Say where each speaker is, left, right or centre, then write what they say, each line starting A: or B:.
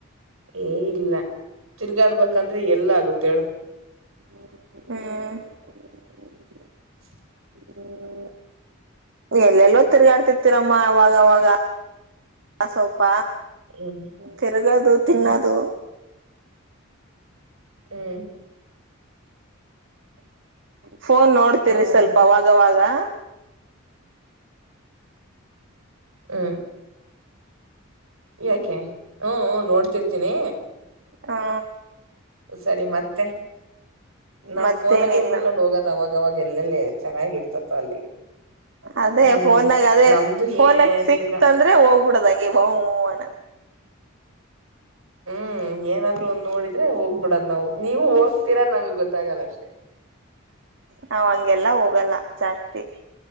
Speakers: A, on the right; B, on the right.
A: ಏ ಇಲ್ಲ ತಿರ್ಗಾಡ್ಬೇಕಂದ್ರೆ ಎಲ್ಲ ಆಗುತ್ತ ಹೇಳು
B: ಹ್ಮ್
A: <inaudible>
B: ಹ್ಮ್ ಎಲ್ಲೆಲ್ಲೋ ತಿರ್ಗಾಡ್ತಿ ಹತ್ತಿರಮ್ಮ ಆಗವಾಗಸವಪ
A: ಹ್ಮ್
B: ತಿರಗದು ತಿನ್ನೋದು
A: ಹ್ಮ್ ಹ್ಮ್
B: ಫೋನ್ ನೋಡ್ತೀರಿ
A: ಹ್ಮ್
B: ಸ್ವಲ್ಪ ಅವಾಗವಾಗ ಹ
A: ಹ್ಮ ಯಾಕೆ ಹ್ಮ್ ನೋಡ್ತಿರ್ತೀನಿ
B: ಹಾ
A: ಸರಿ ಮತ್ತೆ ನಾವ್
B: ಮತ್ತೇನಿಲ್ಲ
A: ಫೋನ್ ಆಗಿ ಉಡ್ಕೊಂಡ್ ಹೋಗೋದ ಅವಾಗವಾಗ ಎಲ್ಲೆಲ್ಲಿ ಚೆನ್ನಾಗಿ ಇರ್ತತ್ತು ಅಲ್ಲಿಗೆ
B: ಅದೇ
A: ಹ್ಮ್
B: ಫೋನ್ಗ ಅದೇ
A: ನಮ್ದು
B: ಫೋನ್ಗ
A: ಏನು
B: ಸಿಕ್ತ
A: ಇಲ್ಲ
B: ಅಂದ್ರೆ ಹೋಗ್ಬಿಡದಂಗ ಹಗೆಣ
A: ಹ್ಮ ಹ್ಮ್ ಏನಾದ್ರು ಒ ನೋಡಿದ್ರೆ ಹೋಗ್ಬಿಡದ್ ನಾವು ನೀವು ಹೋಗ್ತೀರಾ ನಮಗ್ ಗೊತ್ತಾಗಲ್ಲ ಅಷ್ಟೇ
B: ನಾವ್ ಹಂಗೆಲ್ಲ ಹೋಗಲ್ಲ ಜಾಸ್ತಿ